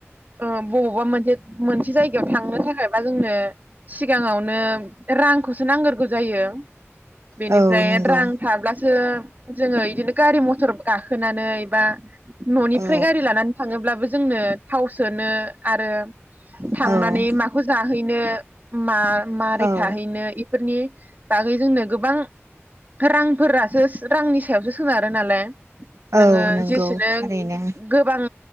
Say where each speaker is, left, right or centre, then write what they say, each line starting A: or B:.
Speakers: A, on the right; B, on the right.
A: ओ बबावबा मोनसे मोनसे जायगायाव थांनो थाखाय बा जोंनो सिगाङावनो रांखौसो नांगोरगौ जायो बेनिफ्राय
B: औ नंगौ
A: रां थाब्लासो जोङो बिदिनो गारि मथर गाखोनानैबा ननिफ्राय
B: औ
A: गारि लानानै थाङोब्लाबो जोंनो थाव सोनो आरो थांनानै
B: औ
A: माखौ माहैनो मा माबारै
B: औ
A: थाहैनो फोरनि बागै जोंनो गोबां रांफोरासो रांनि सायावसो सोनारो नालाय। नोङो
B: औ नंगौ
A: जेसेनो
B: थारैनो
A: गोबां